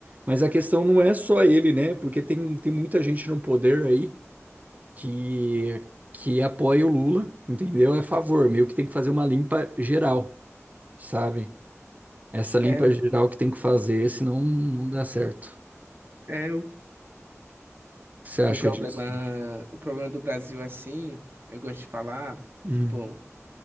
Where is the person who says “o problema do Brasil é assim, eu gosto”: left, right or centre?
Right